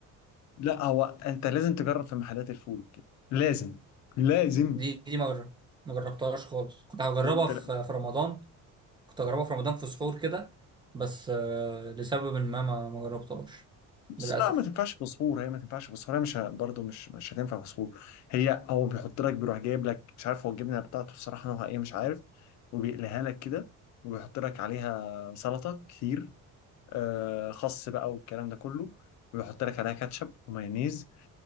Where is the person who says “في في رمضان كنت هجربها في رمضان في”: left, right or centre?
Right